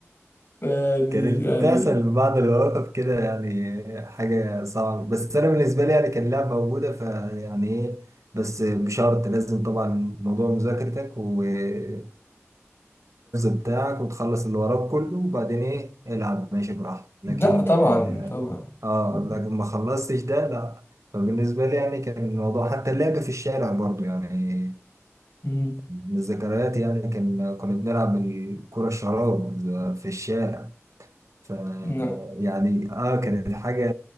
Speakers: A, on the left; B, on the right.
A: يعني
B: كانت
A: يعني
B: بتحصل في بعض المواقف كده يعني حاجة صعبة بس أنا بالنسبة لي يعني كان اللعب موجودة فيعني إيه بس بشرط لازم طبعا موضوع مذاكرتك والحفظ بتاعك وتخلص اللي وراك كله وبعدين إيه العب ماشي براحتك لكن
A: لا طبعا
B: آه
A: طبعا
B: آه،
A: طبعا.
B: لكن ما خلصتش ده لأ فبالنسبة لي يعني كان الموضوع حتى اللعب في الشارع برضو يعني
A: مم.
B: من الذكريات يعني كان كنا بنلعب الكرة الشراب في الشارع ف
A: لا
B: يعني اه كانت حاجة